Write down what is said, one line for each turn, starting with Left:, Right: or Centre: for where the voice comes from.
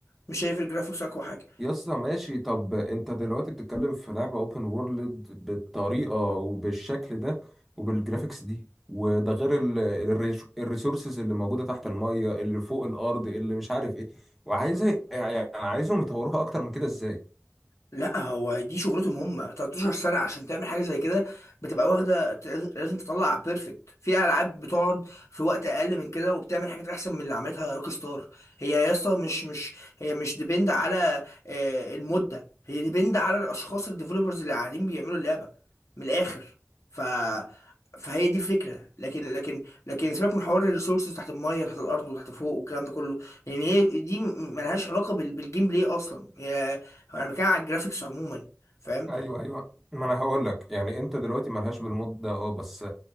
Left: مش شايف الجرافيكس اقوى حاجه
Centre: يا اسطى ماشي طب انت دلوقتي بتتكلم في لعبة اوبن وورلد بالطريقة وبالشكل ده وبالجرافيكس دي وده غير ال- الريش- الريسورسز اللي موجودة تحت المية اللي فوق الأرض اللي مش عارف ايه وعايزة يعني عايزهم يطوروها أكتر من كده ازاي
Left: لا هو دي شغلتهم هم 13 سنة عشان تعمل حاجة زي كده بتبقى واخدة ت- لازم تطلع بيرفكت في ألعاب بتقعد في وقت أقل من كده وبتعمل حاجات أحسن من اللي عملتها روك ستار هي يا اسطى مش مش هي مش ديبند على آه، المدة هي ديبند على الأشخاص الديفلوبرز اللي قاعدين بيعملوا اللعبة من الآخر ف فهي دي الفكرة لكن لكن لكن سيبك من حوار الريسورسز تحت المية تحت الأرض وتحت فوق والكلام ده كله لأن هي دي م- ملهاش علاقة بال- بالجيم بلاي أصلا هي انا بتكلم على الجرافيكس عموما فاهم
Centre: ايوه ايوه ما انا هقول لك يعني انت دلوقتي ملهاش بالمود ده اه بس